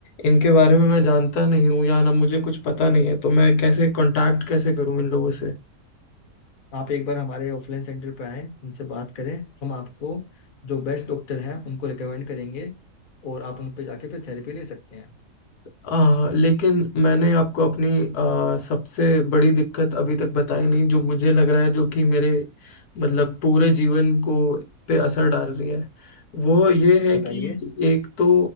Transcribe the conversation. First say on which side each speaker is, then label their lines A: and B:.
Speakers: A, on the left; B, on the left.
A: इनके बारे में मैं जानता नहीं हूँ या ना मुझे कुछ पता नहीं है तो मैं कैसे कांटेक्ट कैसे करूँ इन लोगों से
B: आप एक बार हमारे ऑफलाइन सेंटर पे आएं उनसे बात करें हम आपको जो बेस्ट डॉक्टर हैं उनको रिकमेंड करेंगे और आप उन पे जाके फिर थेरेपी ले सकते हैं
A: आ, लेकिन मैंने आपको अपनी आ, सबसे बड़ी दिक्कत अभी तक बताई नहीं जो मुझे लग रहा है जो कि मेरे मतलब पूरे जीवन को पे असर डाल रही है वो ये है
B: बताइए
A: कि एक तो